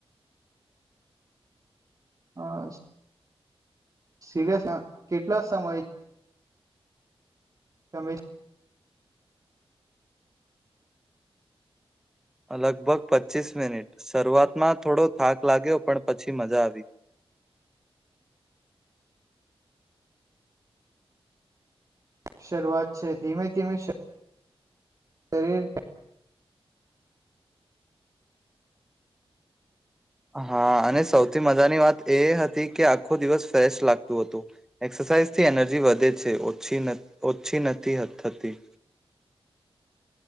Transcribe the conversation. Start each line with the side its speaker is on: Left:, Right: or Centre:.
Right: હા સીરિયસ કેટલા સમય તમે
Centre: લગભગ પચ્ચીસ મિનિટ શરૂઆતમાં થોડો થાક લાગ્યો પણ પછી મજા આવી
Right: શરૂઆત છે ધીમે ધીમે શરીર
Centre: હા અને સૌથી મજાની વાત એ હતી કે આખો દિવસ ફ્રેશ લાગતું હતું એક્સરસાઇઝ થી એનર્જી વધે છે ઓછી ઓછી નથી થતી